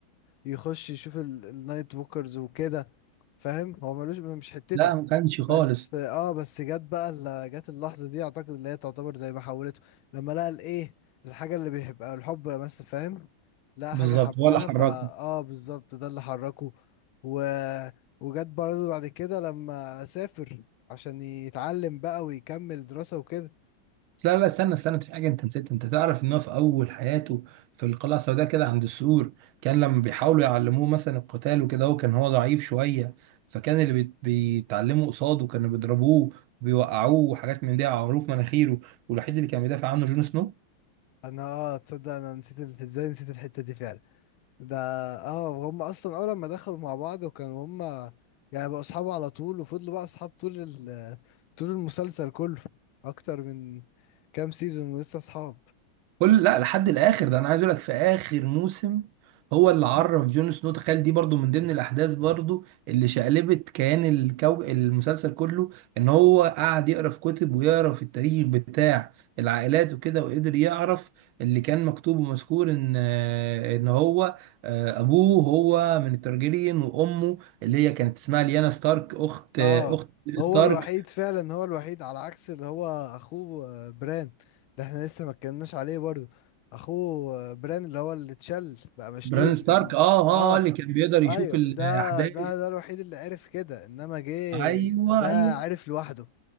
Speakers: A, on the left; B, on the right.
A: يخش يشوف ال- النايت ووكرز وكده فاهم هو ملوش مش حتته
B: لا ما كانش خالص
A: بس اه بس جت بقى ال- جت اللحظة دي اعتقد اللي هي تعتبر زي ما حولته لما لقى الايه الحاجة اللي بيحبها الحب بس فاهم لقى
B: بالظبط
A: حاجة حبها
B: ولا حركه
A: فا اه بالظبط ده اللي حركه و... وجت برضه بعد كده لما سافر عشان يتعلم بقى ويكمل دراسة وكده
B: لا لا استنى استنى في حاجة انت نسيت انت تعرف ان هو في اول حياته في القلعة السوداء كده عند السور كان لما بيحاولوا يعلموه مثلا القتال وكده هو كان هو ضعيف شوية فكان اللي بيت- بيتعلموا قصاده كانوا بيضربوه وبيوقعوه وحاجات من دي على عروف مناخيره والوحيد اللي كان بيدافع عنه جون سنو
A: انا اه تصدق انا نسيت ال- ازاي نسيت الحتة دي فعلا ده اه هم اصلا اول ما دخلوا مع بعض وكانوا هم يعني بقوا اصحاب على طول وفضلوا بقى اصحاب طول ال طول المسلسل كله اكتر من كام سيزون ولسه اصحاب
B: كل لا لحد الاخر ده انا عايز اقول لك في اخر موسم هو اللي عرف جون سنو تخيل دي برضو من ضمن الاحداث برضو اللي شقلبت كيان الكو... المسلسل كله ان هو قعد يقرا في كتب ويقرا في التاريخ بتاع العائلات وكده وقدر يعرف اللي كان مكتوب ومذكور ان آه، ان هو آه، ابوه هو من الترجيريين وامه اللي هي كانت اسمها ليانا ستارك اخت
A: اه
B: آه، اخت
A: هو
B: ستارك
A: الوحيد فعلا هو الوحيد على عكس اللي هو اخوه آه، بران ده احنا لسه ما اتكلمناش عليه برضو اخوه آه، بران اللي هو اللي اتشل بقى مشلول
B: بران ستارك
A: من
B: اه
A: اه
B: اه آه، اللي كان بيقدر يشوف
A: ايوه
B: الاحداث
A: ده ده ده الوحيد اللي عرف كده انما جه
B: ايوه
A: ده
B: ايوه
A: عرف لوحده